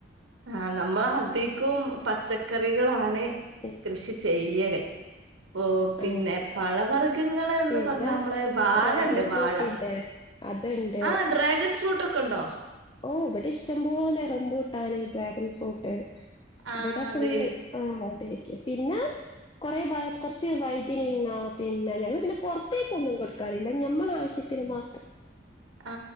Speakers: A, on the right; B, on the left.
A: ആ നമ്മള് അധികും പച്ചക്കറികളാണ്
B: ഉം
A: കൃഷി ചെയ്യല് പ്പൊ പിന്നെ
B: ആ.
A: പഴവർ ഖങ്ങള് എന്ന്
B: പിന്നെ
A: പർഞ്ഞ അമ്മള് വാഴണ്ട്
B: ഡ്രാഗൺ ഫ്രൂട്ട്
A: വാഴ
B: ഇല്ലേ? അതുണ്ട്.
A: ആ ഡ്രാഗൻ ഫ്രൂട്ട് ഒക്ക ഇണ്ടോ
B: ഓ ഇവടെ ഇഷ്ടംപോലെ റംബൂട്ടാന് ഡ്രാഗൻ ഫ്രൂട്ട്
A: ആ
B: ഇവടെ
A: അതെ
B: ഫുള്ള് ആ തേക്ക് പിന്നെ കൊറെ ഭാ കൊർച്ച് വയ്തനങ്ങ പിന്നെ ഞങ്ങള് പിന്നെ പൊർത്തേക്കൊന്നും കൊട്ക്കാറില്ല ഞമ്മള് ആവശ്യത്തിന് മാ
A: ആ